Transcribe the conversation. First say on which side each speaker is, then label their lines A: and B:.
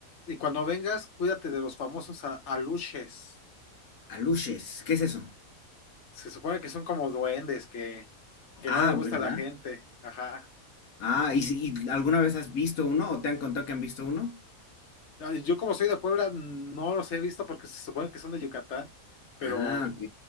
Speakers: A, on the left; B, on the left.
A: y cuando vengas, cuídate de los famosos a- aluches.
B: Aluches, ¿qué es eso?
A: Se supone que son como duendes que, que
B: Ah,
A: no les gusta
B: ¿verdad?
A: a la gente. Ajá.
B: Ah, ¿y, si- y alguna vez has visto uno o te han contado que han visto uno?
A: Ay, Yo como soy de Puebla, no los he visto porque se supone que son de Yucatán, pero
B: Ah, ok.